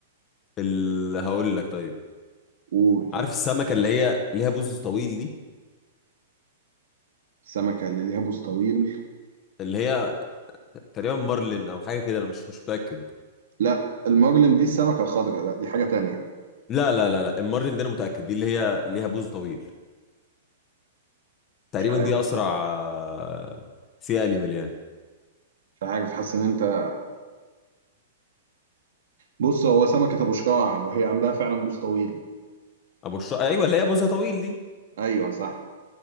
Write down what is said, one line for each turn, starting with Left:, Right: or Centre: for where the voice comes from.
Left: اللي هقول لك طيب
Right: قول
Left: عارف السمكة اللي هي ليها بوز طويل دي
Right: السمكه اللي ليها بوز طويل
Left: اللي هي تقريبا مارلين او حاجة كده انا مش مش متأكد
Right: لا المجرم دي السمكه الخضراء لا دي حاجه تانية
Left: لا لا لا لا المارلين دي انا متأكد دي اللي هي ليها بوز طويل تقريبا
Right: مش عارف
Left: دي اسرع آه، سي انيمال يعني
Right: مش عارف حاسس ان انت بص هو سمكه ابو شراع وهي عندها فعلا بوز طويل
Left: ابو الشر ايوه اللي هي بوزها طويل دي
Right: ايوه صح